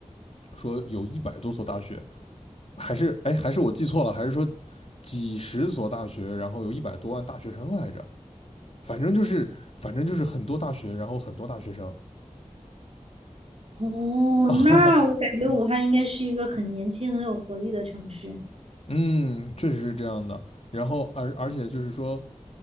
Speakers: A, on the left; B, on the right.
A: 说有一百多所大学，还是，哎，还是我记错了，还是说几十所大学，然后有一百多万大学生来着？反正就是反正就是很多大学，然后很多大学生
B: 哦，
A: <laughs> 啊，
B: 那我感觉武汉应该是一个很年轻、很有活力的城市。
A: 嗯，确实是这样的。然后而而且就是说，